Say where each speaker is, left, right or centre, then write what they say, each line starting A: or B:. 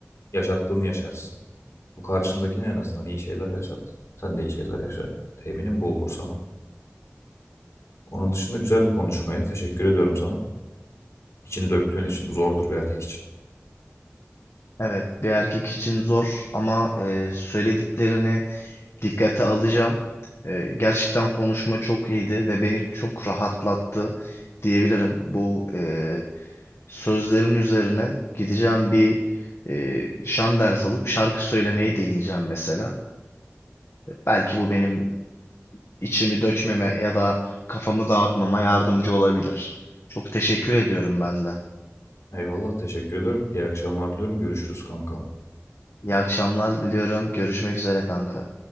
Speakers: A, on the left (about 80°); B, on the left (about 65°).
A: yaşattığını yaşarsın. Bu karşındakine en azından iyi şeyler yaşat. Sen de iyi şeyler yaşa. Teminim bu olur sana. Onun dışında güzel bir konuşmaydı. Teşekkür ediyorum sana. İçini döktüğün için zordur bir erkek için.
B: Evet, bir erkek için zor ama e, söylediklerini dikkate alacağım. E, gerçekten konuşma çok iyiydi ve beni çok rahatlattı diyebilirim. Bu e, sözlerin üzerine gideceğim bir e, şan ders alıp şarkı söylemeyi deneyeceğim mesela. Belki bu benim içimi dökmeme ya da kafamı dağıtmama yardımcı olabilir. Çok teşekkür ediyorum ben de.
A: Eyvallah teşekkür ederim. İyi akşamlar diliyorum. Görüşürüz kankam.
B: İyi akşamlar diliyorum. Görüşmek üzere kanka.